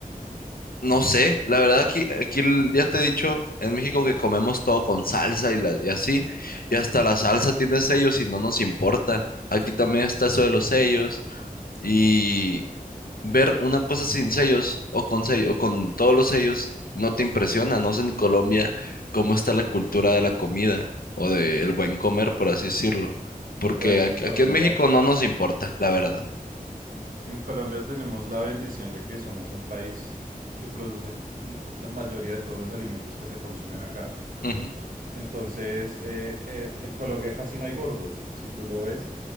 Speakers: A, on the left; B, on the right.
A: No sé, la verdad aquí, aquí el- ya te he dicho en México que comemos todo con salsa y, la, y así, y hasta la salsa tiene sellos y no nos importa. Aquí también está eso de los sellos y ver una cosa sin sellos o con sello, o con todos los sellos no te impresiona. No sé en Colombia cómo está la cultura de la comida o del buen comer, por así decirlo, porque
B: Mm, Bueno,
A: aquí,
B: en Colombia,
A: aquí en México no nos importa, la verdad.
B: en Colombia tenemos la bendición de que somos un país que produce la mayoría de todos los alimentos que se consumen acá.
A: Ujú,
B: Entonces, eh, eh, en Colombia casi no hay gordos, si tú lo ves.